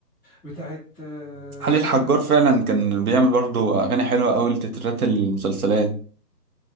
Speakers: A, in the centre; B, on the right.
A: بتاعت آه،
B: خليل
A: اسمه
B: حجار
A: ده
B: فعلا كان بيعمل برضو اغاني حلوه قوي لتترات المسلسلات